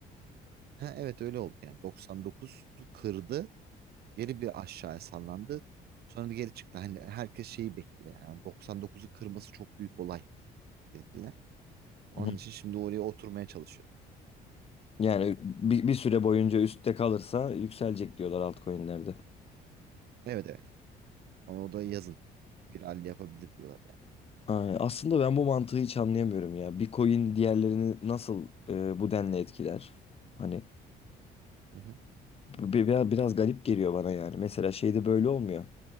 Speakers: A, on the right (about 70°); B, on the left (about 35°).
A: Ha, evet öyle oldu yani 99'u kırdı. Geri bir aşağıya sallandı. Sonra da geri çıktı. Hani herkes şeyi bekliyor yani 99'u kırması çok büyük olay dediler. Onun
B: Hı hı.
A: için şimdi oraya oturmaya çalışıyor.
B: Yani bir, bir süre boyunca üstte kalırsa yükselecek diyorlar altcoin'lerde.
A: Evet evet. Ama o da yazın. Bir halde yapabilir diyorlar yani.
B: Aynen. Aslında ben bu mantığı hiç anlayamıyorum ya. Bir coin diğerlerini nasıl e, bu denli etkiler? Hani
A: Hı hı.
B: bi- biraz, biraz garip geliyor bana yani. Mesela şeyde böyle olmuyor.